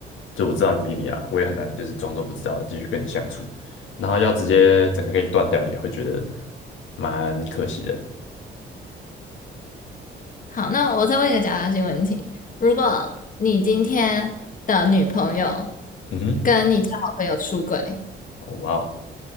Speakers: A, on the left; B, on the left.
A: 就我知道你秘密啊，我也很难就是装作不知道继续跟你相处，然后要直接整个跟你断掉，也会觉得蛮可惜的。
B: 好，那我再问一个假设性问题：如果你今天的女朋友
A: 嗯哼，
B: 跟你的好的朋友出轨，
A: 哦哇哦。